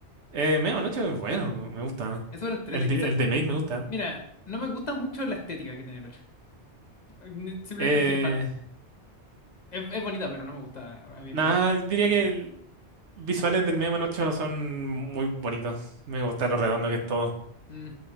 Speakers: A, on the right; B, on the left.
A: Eh, Media Noche es bueno, me gusta.
B: Es sobre el 3
A: El, de-
B: quizás.
A: el de Make me gusta.
B: Mira, no me gusta mucho la estética que tiene el 8. Ni- Simplemente
A: Eh,
B: no soy fan. Es, es bonita, pero no me gusta a mí
A: nada,
B: en
A: diría
B: personal.
A: que el- visuales del Media Noche son muy bonitos. Me gusta lo redondo que es todo.
B: Mm,